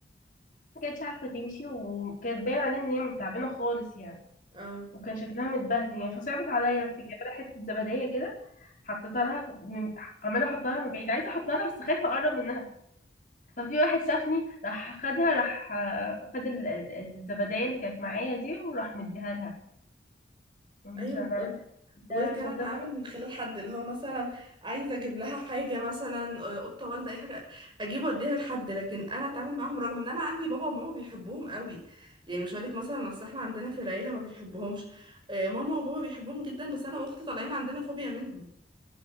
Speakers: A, on the left (about 45°); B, on the right (about 25°).
A: ما كانتش عارفة تمشي وكانت باين عليها ان هي تعبانة خالص يعني
B: اه
A: وكان شكلها متبهدل يعني فصعبت عليا رحت جايبة لها حتة زبدية كده حطيتها لها من عمالة احطها لها من بعيد عايزة احطها لها بس خايفة اقرب منها ففي واحد شافني راح خدها راح آه، خد ال- ال- الزبدية اللي كانت معايا دي وراح مديها لها عشان
B: ايوه
A: ده
B: وكان
A: عشان
B: اتعامل
A: خاطر
B: من خلال حد اللي هو مثلا عايزه اجيب لها حاجه مثلا آه، قطه والده اي حاجه اجيب واديها لحد لكن انا اتعامل معاهم رغم ان انا عندي بابا وماما بيحبوهم قوي يعني مش هقولك مثلا اصل احنا عندنا في العيله ما بيحبوهمش آه، ماما وبابا بيحبوهم جدا بس انا واختي طالعين عندنا فوبيا منهم